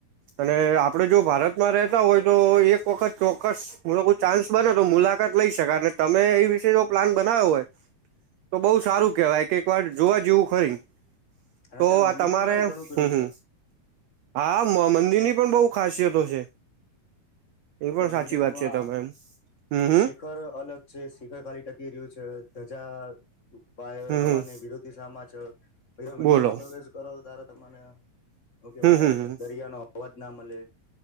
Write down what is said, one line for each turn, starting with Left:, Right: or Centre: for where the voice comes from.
Right: અને આપડે જો ભારતમાં રહેતા હોય તો એક વખત ચોક્કસ હ કોઈ ચાન્સ બને તો મુલાકાત લઈ શકાય અને તમે એ વિશે જો પ્લાન બનાવ્યો હોય. તો બઉુ સારું કેહેવાય કે એક વાર જોવા જેવું ખરી.
Left: અને
Right: તો
Left: ત્યાં મંદિર
Right: આ તમારે
Left: પણ ઘણું પેલું
Right: હમ્મ.
Left: છે
Right: હા મંદિરની પણ બહુ ખાસિયતો છે. એ પણ
Left: કે
Right: સાચી
Left: મંદિરમાં
Right: વાત છે તમે એમ હમ્મ હ.
Left: શિખર અલગ છે, શિખર ખાલી ટકી રહ્યું છે, ધજા ાય
Right: હમ હમ
Left: હવાની વિરોધિશામાં છે પહી મંદિરમાં
Right: બોલો
Left: પ્રવેશ કરો તારે તમને હું કેવાય
Right: હમ હમ હમ
Left: દરિયા નો અ <unintelligible> ના મળે.